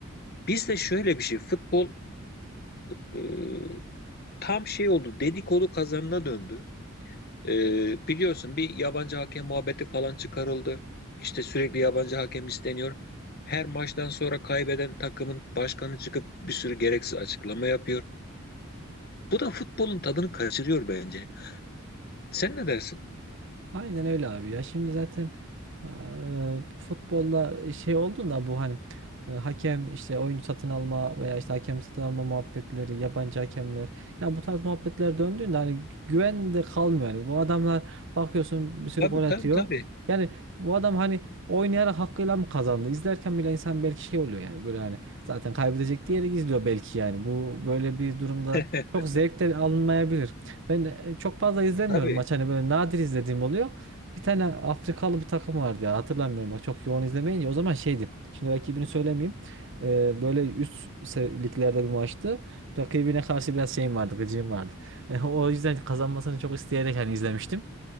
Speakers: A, on the left (about 50°); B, on the right (about 60°).
A: Bizde şöyle bir şey futbol e, tam şey oldu dedikodu kazanına döndü. E, biliyorsun bir yabancı hakem muhabbeti falan çıkarıldı. İşte sürekli yabancı hakem isteniyor. Her maçtan sonra kaybeden takımın başkanı çıkıp bir sürü gereksiz açıklama yapıyor. Bu da futbolun tadını kaçırıyor bence. Sen ne dersin?
B: Aynen öyle abi ya. Şimdi zaten eee, futbolda şey olduğunda bu hani e, hakem işte oyuncu satın alma veya işte hakem satın alma muhabbetleri, yabancı hakemler. Ya bu tarz muhabbetler döndüğünde hani güven de kalmıyor. Yani bu adamlar bakıyorsun bir sürü
A: Tabii
B: gol atıyor.
A: tabii tabii.
B: Yani bu adam hani oynayarak hakkıyla mı kazandı? İzlerken bile insan belki şey oluyor yani böyle hani zaten kaybedecek diğeri izliyor belki yani. Bu böyle bir durumda
A: <laughs>
B: çok zevk de alınmayabilir. Ben e, çok fazla izlemiyorum
A: Tabii.
B: maç hani böyle nadir izlediğim oluyor. Bir tane Afrikalı bir takım vardı ya hatırlamıyorum bak çok yoğun izlemeyince o zaman şeydi. Şimdi rakibini söylemeyeyim. E, böyle üst se- liglerde bir maçtı. Rakibine karşı biraz şeyim vardı gıcığım vardı. <laughs> E, o yüzden kazanmasını çok isteyerek hani izlemiştim.